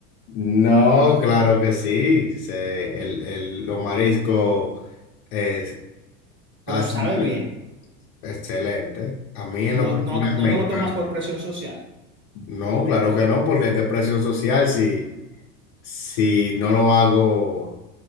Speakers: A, on the left (about 60°); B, on the right (about 25°).
A: No, claro que sí. Se, el, el- los mariscos es,
B: Pero
A: hacen
B: sabe
A: que-
B: bien.
A: excelente. A mí en lo
B: No,
A: personal
B: no,
A: me
B: no te
A: encanta.
B: lo tomas por presión social.
A: No, claro que no, porque qué presión social si, si no lo hago